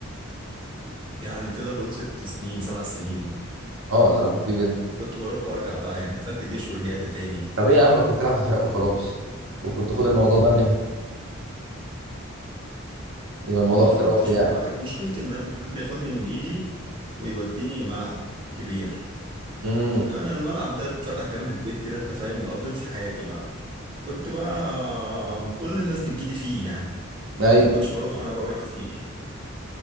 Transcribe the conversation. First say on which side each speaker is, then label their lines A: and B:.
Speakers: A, on the right; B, on the right.
A: يعني تقدر تقول ست سنين سبع سنين
B: اه ده رقم كبير جدا
A: كنت بروح وارجع بقى يعني دخلت الجيش ورجعت تاني
B: طب ايه يا عم كنت تلعب في فرق وخلاص وكنت خد الموضوع بقى مهني يبقى الموضوع
A: طب ما
B: احترافي
A: خرجتش
B: يعني
A: بره بقى كانت مشكلتي ان انا حد ياخدني من ايدي ويوديني ملعب كبير
B: امم
A: انا الملعب ده اتفتح جنب البيت كده انت فاهم قضيت فيه حياتي بقى كنت بقى كل الناس بتجيلي فيه يعني
B: ايوه
A: ما كنتش بروح انا بره كتير